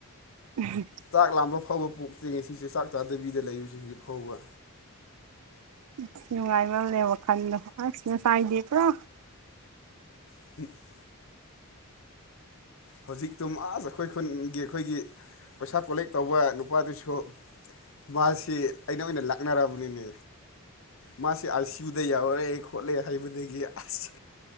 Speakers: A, on the right; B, on the left.
A: ꯎꯝ
B: ꯆꯥꯛ ꯂꯥꯝꯕ ꯐꯥꯎꯕ ꯄꯣꯛꯇꯔꯤ ꯉꯁꯤꯁꯦ ꯆꯥꯛ ꯆꯥꯗꯕꯤꯗ ꯂꯩꯌꯨꯁꯤ ꯍꯧꯖꯤꯛ ꯐꯥꯎꯕ
A: ꯎꯝ ꯅꯨꯡꯉꯥꯏꯃꯜꯂꯦ ꯋꯥꯈꯜꯗꯣ ꯑꯁ ꯉꯁꯥꯏꯗꯤ ꯄꯨꯔꯥ
B: <unintelligible> ꯍꯧꯖꯤꯛꯇꯨ ꯑꯁ ꯑꯩꯈꯣꯏ ꯈꯨꯟꯒꯤ ꯑꯩꯈꯣꯏꯒꯤ ꯄꯩꯁꯥ ꯀꯣꯂꯦꯛ ꯇꯧꯕ ꯅꯨꯄꯥꯗꯨꯁꯨ ꯃꯥꯁꯤ ꯑꯩꯅ ꯑꯣꯏꯅ ꯂꯥꯛꯅꯔꯕꯅꯤꯃꯤ ꯃꯥꯁꯤ ꯑꯥꯏ ꯁꯤꯌꯨ ꯌꯥꯎꯔꯦ ꯈꯣꯠꯂꯦ ꯍꯥꯏꯕꯗꯒꯤ ꯑꯁ